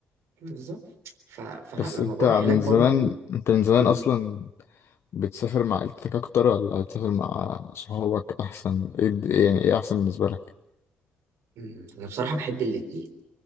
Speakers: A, on the right (about 75°); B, on the left (about 60°).
A: بالظبط ف... فلا
B: بس
A: لما
B: انت
A: بروح
B: من
A: هناك برضو
B: زمان انت من زمان
A: مم.
B: اصلا بتسافر مع عيلتك اكتر ولا بتسافر مع صحابك احسن ايه الد- يعني ايه احسن بالنسبه لك
A: مم. انا بصراحه بحب الاثنين